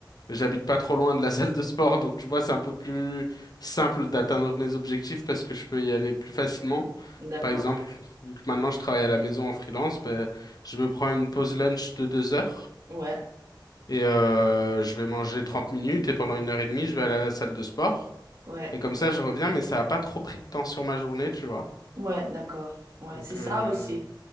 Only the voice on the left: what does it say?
J'habite pas trop loin de la <laughs> salle de sport, donc tu vois, c'est un peu plus simple d'atteindre mes objectifs parce que je peux y aller plus facilement.
Par exemple, vu que maintenant je travaille à la maison en freelance, ben, je me prends une pause lunch de deux heures
et euh, je vais manger 30 minutes et pendant une heure et demie, je vais aller à la salle de sport.
Et comme ça, je reviens, mais ça a pas trop pris de temps sur ma journée, tu vois.
Donc,
euh...